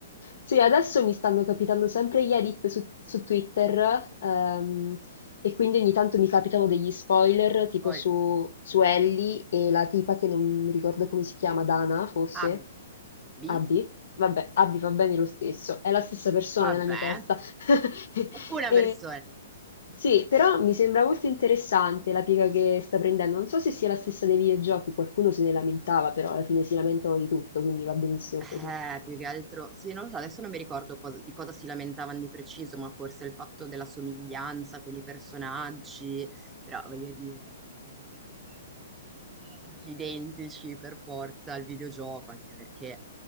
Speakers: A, on the left (about 70°); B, on the right (about 15°).
A: Sì, adesso mi stanno capitando sempre gli edit su, su Twitter, ehm, e quindi ogni tanto mi capitano degli spoiler, tipo
B: Poi
A: su, su Ellie e la tipa che non mi ricordo come si chiama, Dana, forse.
B: A, B,
A: Abby? Vabbè, Abby va bene lo stesso, è la stessa persona
B: vabbè,
A: nella mia testa. <laughs>
B: u- una
A: E-
B: persona.
A: sì, però mi sembra molto interessante la piega che sta prendendo. Non so se sia la stessa dei videogiochi, qualcuno se ne lamentava, però alla fine si lamentano di tutto, quindi va benissimo
B: Eh,
A: così.
B: più che altro, sì, non lo so, adesso non mi ricordo cosa- di cosa si lamentavano di preciso, ma forse il fatto della somiglianza con i personaggi, però voglio dire, cioè, non è che puoi prendere personaggi identici per forza al videogioco, anche perché